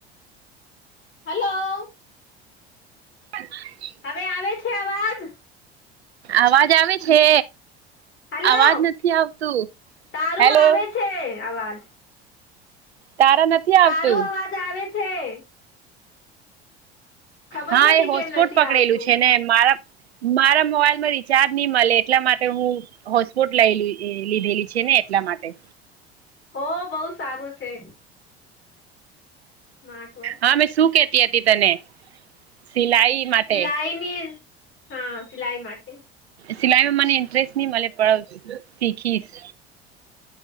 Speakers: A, on the left; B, on the right.
A: હલો!
B: હ
A: હવે આવે છે, આવાજ
B: અવાજ આવે છે?
A: હલો
B: અવાજ નથી આવતું
A: તારું
B: હેલો!
A: આવે છે આવાજ
B: તારા નથી આવતું
A: તારું અવાજ આવે છે. ખબર
B: હા
A: નથી
B: એ હોટસ્પોટ
A: કેમ નથી
B: પકડેલું
A: આવતું
B: છે ને મારા મારા મોબાઈલમાં રિચાર્જ નહી મળે એટલા માટે હું હોટસ્પોટ લ લીધેલી છેને, એટલા માટે
A: ઓ બહુ સારું છે. મામાર્ટ વર્
B: હા મે શું કેતી હતી તને સિલાઈ માટે
A: સિલાઈ ની હા સિલાઈ માટે
B: સિલાઈમાં મને ઇન્ટરેસ્ટ નહી મ પડ શીખીશ